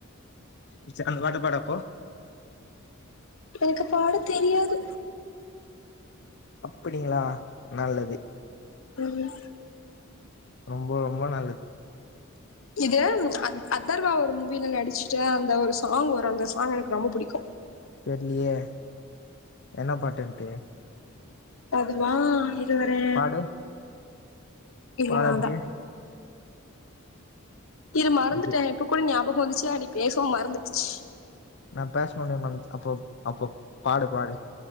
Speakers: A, on the left (about 55°); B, on the left (about 75°).
A: ச்சி அந்த பாட்ட பாடு அப்போ
B: எனக்கு பாட தெரியாது
A: அப்பிடிங்களா நல்லது
B: ம்ம்
A: ரொம்போ ரொம்போ நல்ல
B: இது அத அதர்வா ஒரு மூவி‌ல நடிச்சி சே அந்த ஒரு சாங் வரு அந்த சா ஆம் எனக்கு ரொம்ப புடிக்கு
A: தெர்லயே என்னா பாட்டுன்ட்டு
B: அதுவா த்து வரே
A: பாடு
B: இல்ல
A: பாடு
B: வேண்டா
A: அப்டியே
B: இரு மறந்துட்டே
A: அப்டியே
B: இப்ப கூட ஞாபக் ப்போ வந்துச்சா நீ பேசவு மறந்துடுச்சி
A: நா பேசுனொன்னே மன்னிச் அப்போ அப்போ பாடு பாடு